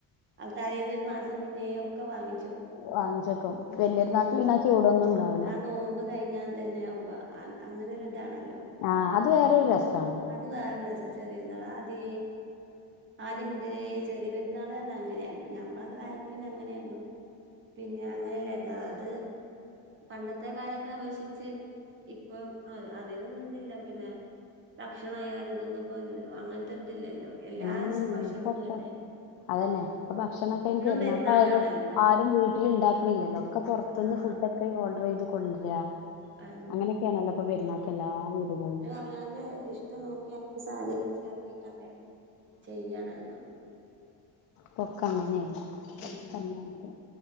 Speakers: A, on the right; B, on the left.
A: അവ തരയിൽന്ന് ഒരു മാസം മുന്നേ ഒക്കെ വാങ്ങിച്ചു വെക്കും
B: വാങ്ങിച്ചു വേക്കും വല്യർന്നാൾക്ക്
A: ഉം
B: ആ ചൂടൊന്നുംണ്ടാവൂല
A: ആ നോമ്പ് കഴിഞ്ഞാ അ തന്നെ ആവുമ്പോ അങ്ങനെ ഒരു ഇതാണല്ലോ
B: ആ അത് വേറെൊരു രസണ്
A: അത് വെറെരസാ ചെറിയ പെരുനാൾ ആദേ ആദ്യം മുതലെ ചെറിയ പെ പെരുന്നാൾപറഞ്ഞ അങ്ങനെയാരുന്നു ഞമ്മളൊക്കെ കാലത്ത് പിന്നെ അങ്ങനെയാരുന്നു പിന്നെ അങ്ങനെയല്ലായിരുന്നു അത് പണ്ടത്തെ കാലോക്കെ അപേക്ഷിച്ച് ഇപ്പം അ അതിനൊന്നുംതില്ല പിന്നെ ഭക്ഷണ ആയാല ഇതൊന്നും ഇപ്പൊ അങ്ങനത്തെ ഒരു ഇതില്ലല്ലോ എല്ലാ
B: ഉം
A: ദിവസം ഭക്ഷണംതു
B: ഇപ്പൊക്കെ
A: അല്ലേ
B: അതന്നെ ഇപ്പൊ ഭക്ഷണൊക്കെ ഇനി പെരുന്നാട്ടായാലും
A: പെരുന്നാളാണല്ലോ
B: ആരും വീട്ടില ഉണ്ടാക്കണില്ലല്ലോ ഒക്കെ പുറത്തൊന്ന്
A: ആഹ്
B: ഫുഡൊക്കെ ഓർഡർ ചെയ്ത് കൊണ്ടരാ
A: അയന്നെ
B: അങ്ങനെയൊക്കെയണല്ലോ അപ്പൊ പെരുന്നാക്ക് എല്ലാ വീടുകൾ
A: അവനന്റെ ഇഷ്ടം നോക്കി സാഹചം മനസ്സിലാക്കിട്ടൊക്കെ ചെയ്യാണല്ലോ
B: പൊക്ക അങ്ങനെയാണ്
A: ഉം
B: ഒന്നാമത്